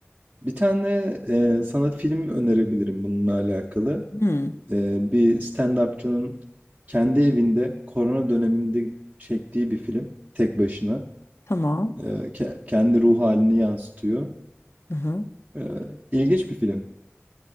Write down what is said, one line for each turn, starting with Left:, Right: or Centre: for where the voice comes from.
Right: Bir tane e, sana film önerebilirim bununla alakalı.
Left: Hmm,
Right: E, bir stand-upçının kendi evinde korona döneminde çektiği bir film. Tek başına.
Left: tamam.
Right: Ee, ke- kendi ruh halini yansıtıyor.
Left: Hı hı.
Right: Ee, ilginç bir film.